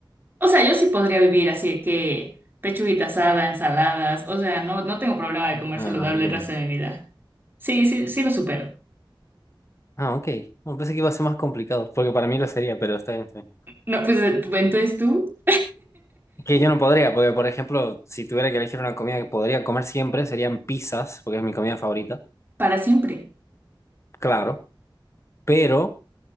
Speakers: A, on the right; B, on the left.
A: O sea, yo sí podría vivir así que pechuguita asada, ensaladas, o sea, no, no tengo problema de comer
B: Ah,
A: saludable
B: bien.
A: el resto de mi vida. Sí, sí, sí lo supero.
B: Ah, ok. No, pensé que iba a ser más complicado, porque para mí lo sería, pero está bien, está bien.
A: No, pues eh, entonces tú.
B: Es que yo no podría, porque por ejemplo, si tuviera que elegir una comida que podría comer siempre, serían pizzas, porque es mi comida favorita,
A: Para siempre.
B: claro, pero